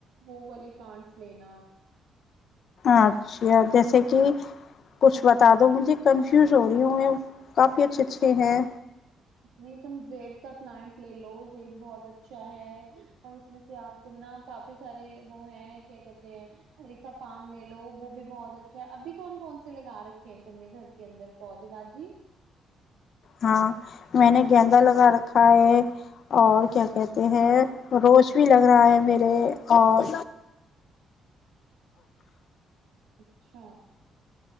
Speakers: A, on the right; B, on the left.
A: وہ والے پلانٹس لینا
B: اچھا جیسے کہ کچھ بتا دو مجھے کنفیوز ہو رہی ہوں میں کافی اچھے اچھے ہیں
A: نہیں تم زیڈ پلانٹ لے لو ز بہت اچھا ہے اور اس میں سے آپ تم نہ کافی سارے وہ ہے کیا کہتے ہیںر کاا فارم لے لو وہ بھی بہت اچھا ہے ابھی کون کون سے لگا رکھے ہیں تم نے گھر کے اندر پودے بازی
B: ہاں میں نے گیندا لگا رکھا ہے اور کیا کہتے ہیں روز بھی لگ رہا ہے میرے اور
A: اچھا